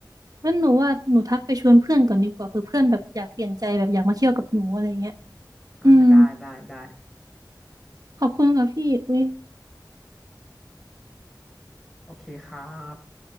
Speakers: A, on the right (about 55°); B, in the centre.
A: งั้นหนูว่าหนูทักไปชวนเพื่อนก่อนดีกว่าเผื่อเพื่อนแบบอยากเปลี่ยนใจแบบอยากมาเที่ยวกับหนูอะไรเงี้ย
B: อ่าได้ได้ได้
A: อืมขอบคุณค่ะพี่อุ้ย
B: โอเคครับ